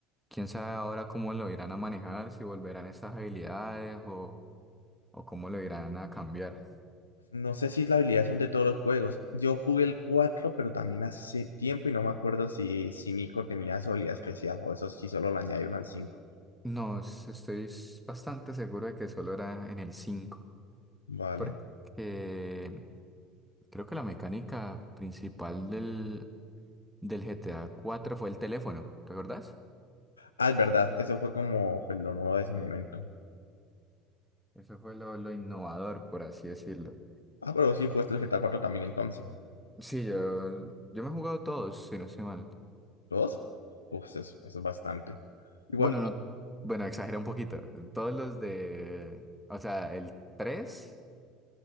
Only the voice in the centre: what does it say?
Quién sabe ahora cómo lo irán a manejar, si volverán estas habilidades o, o cómo lo irán a cambiar.
No, s- estoy s- bastante seguro de que solo era en el cinco,
Porque Creo que la mecánica principal del, del GTA cuatro fue el teléfono, ¿te acordás?
Eh, Eso fue lo, lo innovador, por así decirlo.
Sí, yo, yo me he jugado todos, si no estoy mal.
Bueno, no, bueno, exageré un poquito. Todos los de, o sea, el tres